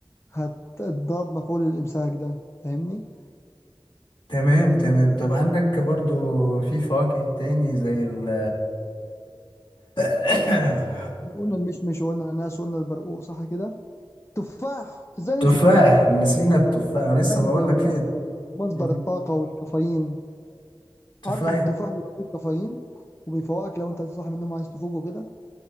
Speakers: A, on the left (about 30°); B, on the left (about 65°).
A: هتضاد مفعول الإمساك ده فاهمني؟
B: تمام تمام طب عندك برضو في فواكه تاني زي ال <coughs>
A: قلنا المشمش وقلنا الأناناس وقلنا البرقوق صح كده؟ تفاح ازاي ننسى
B: تفاح
A: التفاح
B: نسينا
A: يا
B: التفاح لسه
A: لا انت
B: بقول
A: التفاح
B: لك في
A: ده مصدر
B: مم.
A: الطاقة والكافيين
B: تفاح
A: عارف ان التفاح بيبقى فيه كافيين وبيفوقك لو انت صاحي من النوم عايز تفوق وكده